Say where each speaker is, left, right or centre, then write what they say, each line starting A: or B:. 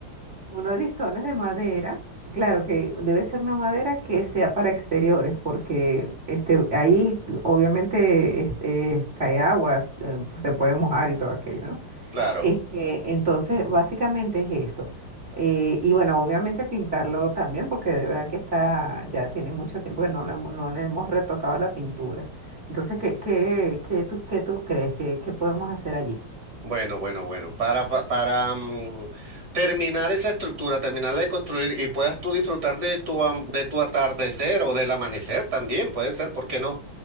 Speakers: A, on the right; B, on the right.
A: Unos listones de madera, claro que debe ser una madera que sea para exteriores, porque este, ahí obviamente este, cae agua, eh, pues se puede mojar y todo aquello, ¿no?
B: claro.
A: Este, entonces, básicamente es eso. Eh, y bueno, obviamente pintarlo también, porque de verdad que está, ya tiene mucho tiempo que no le, hemos- no le hemos retocado la pintura. Entonces, ¿qué, qué, qué tú, qué tú crees que, que podemos hacer allí?
B: Bueno, bueno, bueno, para, pa- para, mm, terminar esa estructura, terminarla de construir y puedas tú disfrutar de tu, am- de tu atardecer o del amanecer también, puede ser, ¿por qué no?